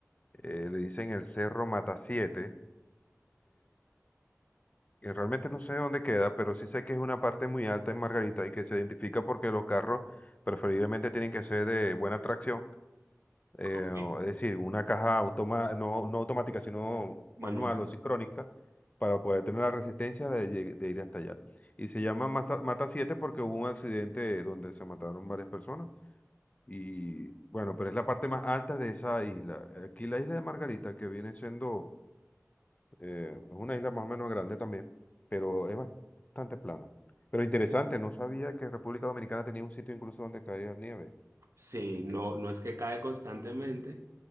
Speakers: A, on the left (about 30°); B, on the right (about 65°).
A: eh, le dicen el Cerro Mata 7, y realmente no sé dónde queda, pero sí sé que es una parte muy alta en Margarita y que se identifica porque los carros preferiblemente tienen que ser de buena tracción, eh,
B: Ok.
A: o- es decir, una caja automa no, no automática, sino
B: Manuel,
A: manual o sincrónica, para poder tener la resistencia de, lleg- de ir hasta allá. Y se llama Mata, Mata 7 porque hubo un accidente donde se mataron varias personas. Y bueno, pero es la parte más alta de esa isla. Aquí la isla de Margarita, que viene siendo eh, es una isla más o menos grande también, pero es bastante plana. Pero interesante, no sabía que República Dominicana tenía un sitio incluso donde caía nieve.
B: sí, no,
A: Eh,
B: no es que cae constantemente,